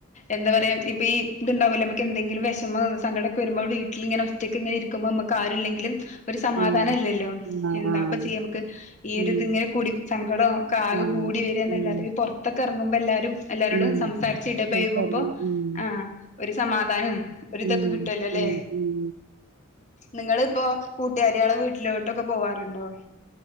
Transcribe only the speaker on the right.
ഉം
ആഹ്
ആഹ്
ഉം
ആഹ്
ഉം
ഉം
സംസാരിക്കില്ല ഉം
ഉം
ഉം ഉം